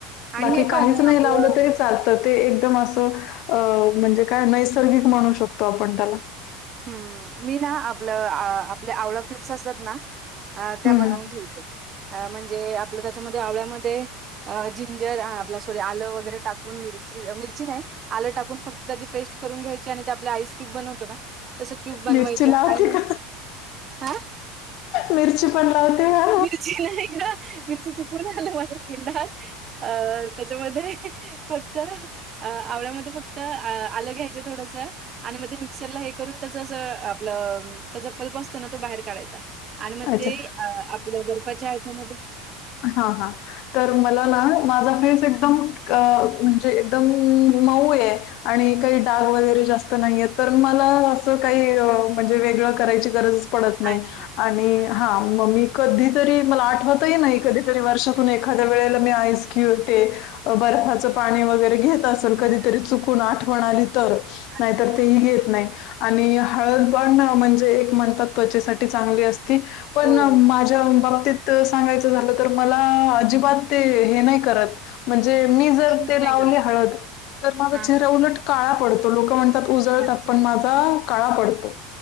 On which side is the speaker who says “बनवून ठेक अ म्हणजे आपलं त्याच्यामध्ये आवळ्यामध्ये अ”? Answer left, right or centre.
Right